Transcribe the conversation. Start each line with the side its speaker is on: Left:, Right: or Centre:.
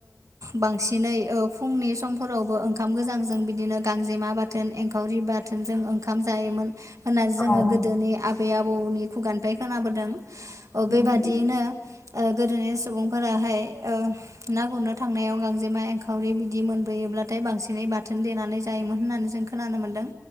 Right: बांसिनै फुंनि समफोरावबो ओंखाम गोजांजों बिदि बिदिनो गांजेमा बाथोन एंखावरि बाथोनजों ओंखाम जायोमोन होननानै जोङो
Left: औ
Right: गोदोनि आबै आबौनि खुगानिफ्राय खोनाबोदों
Left: औ
Right: अ
Left: नंगौ
Right: बेबादियैनो गोदोनि सुबुंफोराहाय ना गुरनो थांनायाव गांजेमा एंखावरि बिदि मोनबोयो जेब्लाथाय बांसिनै बाथोन देनानै जायोमोन होननानै जों खोनानो मोन्दों